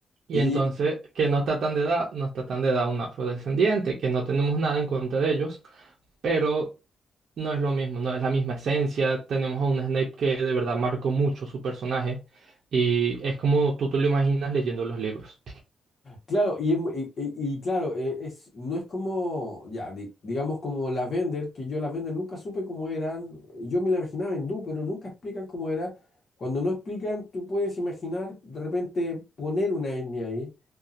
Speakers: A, on the right; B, on the left.
A: Y
B: Y
A: entonces que no está tan de edad, no está tan de edad un afrodescendiente, que no tenemos nada en contra de ellos pero no es lo mismo, no es la misma esencia. Tenemos a un Snape que de verdad marcó mucho su personaje y es como tú te lo imaginas leyendo los libros.
B: claro, y, es mu- y- y- y claro, eh, es, no es como, ya, di- digamos como la vender, que yo la vender nunca supe cómo eran, yo me la imaginaba hindú, pero nunca explican cómo era. Cuando no explican, tú puedes imaginar de repente poner una etnia ahí,